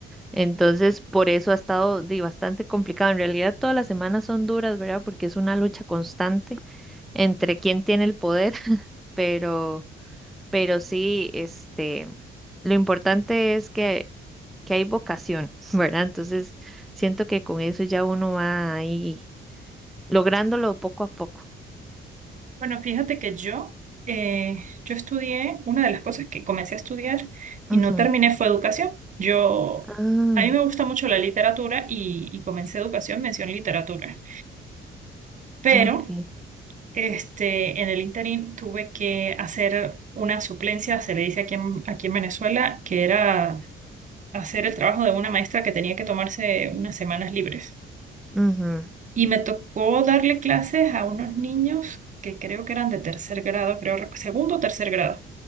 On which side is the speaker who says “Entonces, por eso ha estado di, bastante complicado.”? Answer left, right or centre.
Centre